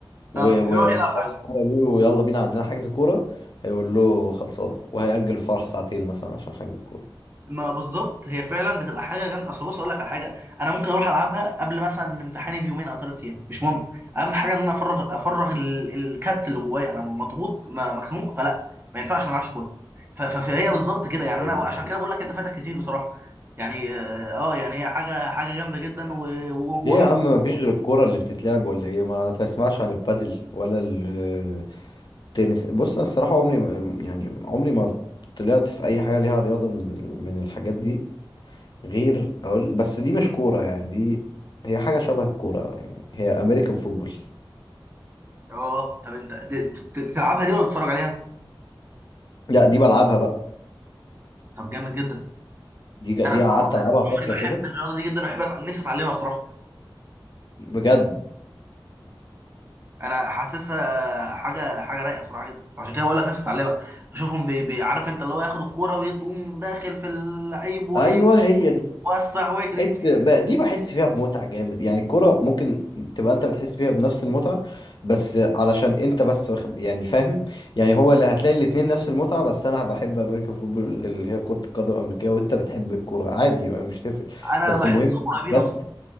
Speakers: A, on the left; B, on the right.
A: و-
B: اه
A: و-
B: يروح
A: وحاسس
B: يلعب عايز
A: إن هو يقول له يلا بينا عندنا حجز كورة هيقول له خلصانة وهيأجل الفرح ساعتين مثلا عشان حجز الكورة
B: ما بالظبط هي فعلا بتبقى حاجه جامده اصل بص اقول لك على حاجه انا ممكن اروح العبها قبل مثلا امتحاني بيومين او ثلاث ايام مش مهم اهم حاجه ان انا افرغ افرغ ال- الكبت اللي جوايا انا مضغوط ما- مخنوق فلا ما ينفعش ما العبش كوره ف- ف- فهي بالظبط كده يعني
A: ايوه
B: انا
A: دي
B: عشان
A: حقيقة
B: كده بقول لك انت فاتك كتير بصراحه يعني اه آه، يعني هي حاجه حاجه جامده جدا و- و-
A: ليه
B: وعموما
A: يا عم مفيش غير الكورة اللي بتتلعب ولا ايه ما تسمعش عن البادل ولا ال- التنس بص انا الصراحة عمري ما يعني عمري ما طلعت في اي حاجة ليها رياضة من ال- من الحاجات دي غير اقول بس دي مش كورة يعني دي هي حاجة شبه الكورة يعني هي امريكان فوتبول
B: اه طب انت دي- بت- بتلعبها دي ولا بتتفرج عليها؟
A: لا دي بلعبها بقى
B: طب جامد جدا
A: دي دي
B: انا طول
A: قعدت
B: عمري
A: العبها
B: انا طول
A: فترة
B: عمري
A: كده
B: بحب الرياضه دي جدا بحب أتع- نفسي اتعلمها بصراحه
A: بجد
B: انا حاسسها حاجه حاجه رايقه بصراحه جدا عشان كده بقول لك نفسي اتعلمها اشوفهم بي بي عارف انت اللي هو ياخد الكوره ويقوم داخل في اللعيب وايه
A: ايوه هي دي
B: وسع ويجري
A: بحس بقى دي بحس فيها بمتعة جامد يعني الكورة ممكن تبقى انت بتحس فيها بنفس المتعة بس علشان انت بس واخد يعني فاهم يعني هو اللي هتلاقي الاتنين نفس المتعة بس انا بحب امريكان فوتبول اللي هي كرة القدم الامريكية وانت بتحب الكورة عادي ما مش تفرق
B: انا
A: بس
B: بحسهم
A: المهم
B: قريبين
A: بجد
B: اصلا